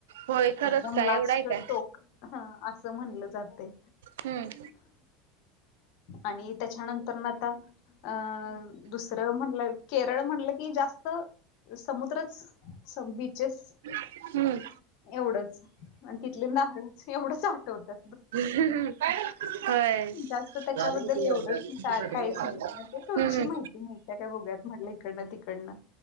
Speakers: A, on the right; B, on the left.
A: होय खरंच
B: एकदम
A: काय
B: लास्ट
A: एवढा आहे काय
B: टोक असं म्हणलं जातय.
A: हम्.
B: आणि त्याच्यानंतर न आता अ दुसरं म्हणलं केरळ म्हणलं की जा समुद्रच बिचेस
A: हम्.
B: एवढंच आणि तिथले नारळच एवढंच आटवतं.
A: <unintelligible> होय.
B: जास्त त्याच्याबद्दल
A: झालं की
B: एवढंच
A: ते ग्रॅज्युएशनचं
B: का
A: सर्टिफिकेट
B: काहीच
A: मिळालं.
B: नाय मग ते थोडीशी
A: हम्म हम्म.
B: माहिती मिळत्या काय बघुयात म्हटलं. इकडनं तिकडनं